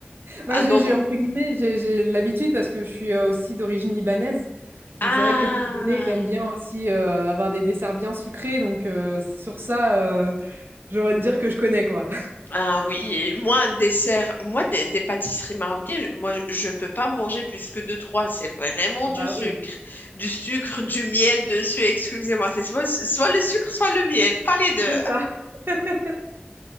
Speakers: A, on the right (about 60°); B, on the left (about 50°).
A: Bah,
B: Ah
A: j'ai,
B: non,
A: j'ai,
B: moi-
A: entre guillemets, j'ai, j'ai l'habitude parce que je suis euh, aussi d'origine libanaise.
B: ah!
A: Donc c'est vrai que les Libanais, ils aiment bien aussi euh, avoir des desserts bien sucrés. Donc euh, sur ça, euh, j'aimerais dire que je connais quoi.
B: Ah oui, et moi, un dessert, moi, des, des pâtisseries marocaines, je- moi, je je ne peux pas manger plus que deux, trois. C'est vraiment
A: Ah
B: du
A: bah
B: sucre.
A: oui.
B: Du sucre, du miel dessus, excusez-moi. C'est soit, soit le sucre, soit le miel, pas les deux.
A: C'est ça. <laughs>